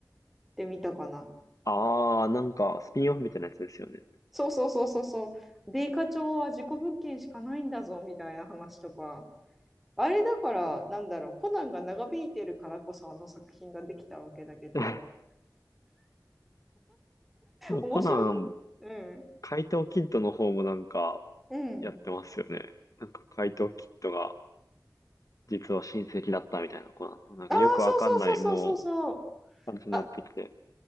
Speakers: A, in the centre; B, on the left (about 50°).
A: てみたかな。
B: あー、なんかスピンオフみたいなやつですよね。
A: そうそうそうそうそう。米花町は事故物件しかないんだぞみたいな話とか。あれだから、なんだろう、コナンが長引いてるからこそあの作品ができたわけだけど、
B: <laughs>
A: 面白く、
B: コナン、
A: うん。
B: 怪盗キッドの方もなんか
A: うん。
B: やってますよね。なんか怪盗キッドが実は親戚だったみたいな子なの。なんかよくわかんない、
A: ああ、そうそうそうそうそうそう。
B: もう、感じになってきて。
A: あ、